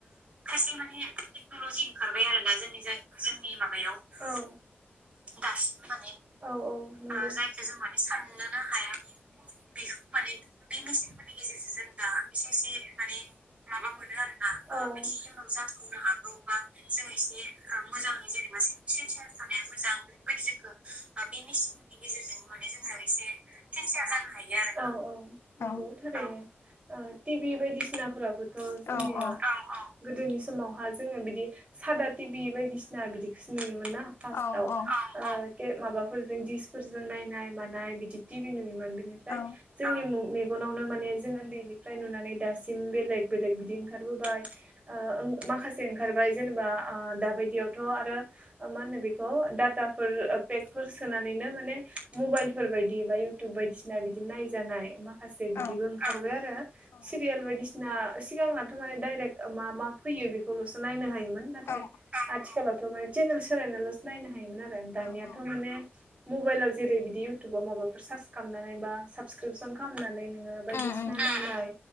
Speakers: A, on the right; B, on the left.
A: खायसे माने टेक्नलजि ओंखारबाय आरोना जोंनि जोंनि माबायाव ।औ दासिमबो माने औ औ जायखौ जों माने साननोनो हायाखै बे माने बे मेसिनफोरनि गेजेरजों जों दा एसे एसे माने माबा मोनो आरो ना बिदि जाथावनो हागौबा बिदिजों एसे मोजां जेनेबा सेनसियार थानाया मोजां बेफोरबायदि जोंखौ बे मेसिननि गेजेरजोंनो माने ज जे सेनसेयार जानो औ औ नंगौ
B: औ
A: थारैनो टिभि बायदिसिनाफोराबो थ' जोंनिया
B: औ औ
A: गोदोनि समावहा जोङो बिदि सादा टिभि बायदिसिना बिदिखौ नुनो मोनो, ना फारसथाव'
B: औ औ
A: माबाफोरजों दिसफोरजों नायनाय मानाय बिदि टिभि नुयोमोन बिनिफ्राय
B: औ
A: जोंनि म मेगनावनो माने जों ओन्दैनिफ्राय नुनानै दासिम बेलेग बेलेग बिदि ओंखारबोबाय ओ माखासे ओंखारबाय जेनेबा ओ दाबायदियावथ' आरो मा होनो बेखौ डाटाफोर पेकफोर सोनानैनो माने मबाइलफोर बायदि बा इउटुब बायदि बायदिसिना बिदि नायजानाय माखासे बिदिबो
B: औ
A: ओंखारबाय आरो
B: औ
A: सिरियाल बायदिसिना सिगांनाथ' माने डाइरेक मा मा फैयो बेखौल'सो नायनो हायोमोन नाथाय
B: औ
A: आथिखालावथ' माने चेनेल सोलायनाल'सो नायनो हायोमोन आरो दानियाथ'
B: औ औ
A: माने मबाइलाव जेरै बिदि इउटुबाव माबाफोर सार्च खालामनानै बा साबसक्रिपसन खालामनानै बायदिसिना
B: उम उम
A: मालाय